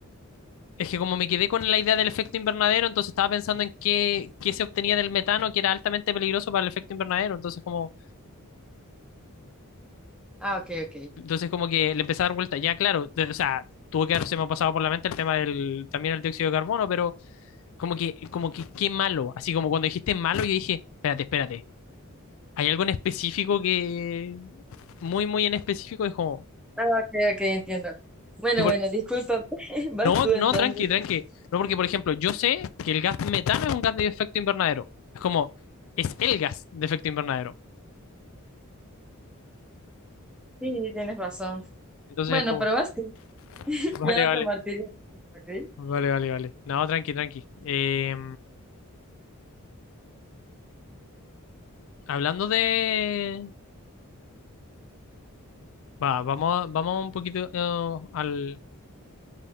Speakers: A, on the left (about 65°); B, in the centre.
A: Es que como me quedé con la idea del efecto invernadero, entonces estaba pensando en qué, qué se obtenía del metano, que era altamente peligroso para el efecto invernadero. Entonces como,
B: Ah, ok, ok.
A: entonces como que le empecé a dar vuelta. Ya, claro, de- o sea, tuvo que haberse me ha pasado por la mente el tema del, también el dióxido de carbono, pero como que, como que qué malo. Así como cuando dijiste malo, yo dije, espérate, espérate. hay algo en específico que, muy, muy en específico, es como,
B: Ah, ok, ok, entiendo. Bueno,
A: que por-
B: bueno, disculpa, <laughs> vas
A: no,
B: tú
A: no,
B: entonces.
A: tranqui, tranqui. No, porque, por ejemplo, yo sé que el gas metano es un gas de efecto invernadero. Es como, es el gas de efecto invernadero.
B: Sí, tienes razón.
A: Entonces
B: Bueno,
A: es como,
B: pero vas tú. <laughs>
A: <laughs> vale,
B: Ya
A: vale,
B: no te martirio, ¿ok?
A: vale, vale, vale. No, tranqui, tranqui. Eh, hablando de... Va, vamos, vamos un poquito eh, al...